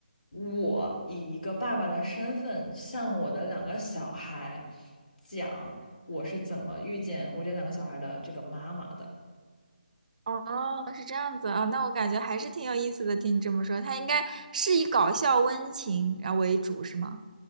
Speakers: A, on the left (about 60°); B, on the right (about 50°).
A: 我以一个爸爸的身份向我的两个小孩讲我是怎么遇见我这两个小孩的这个妈妈的。
B: 哦，是这样子啊，那我感觉还是挺有意思的。听你这么说，他应该是以搞笑温情然后为主，是吗？